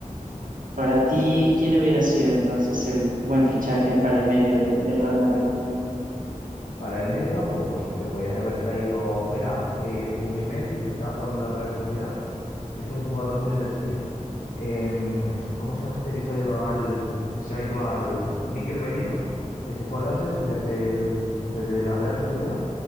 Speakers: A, on the right; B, on the left.
A: Para ti, ¿quién hubiera sido entonces el buen fichaje para el medio de- del Real Madrid?
B: Para el medio campo, pues te podías haber traído, mira, eh, Zubimendi, que está jugando en la Real Sociedad, es un jugador muy del estilo. Em, ¿cómo se llama este que se ha ido al, se ha ido al Mikel Merino, que se fue al Arsenal desde el- desde la Real Sociedad?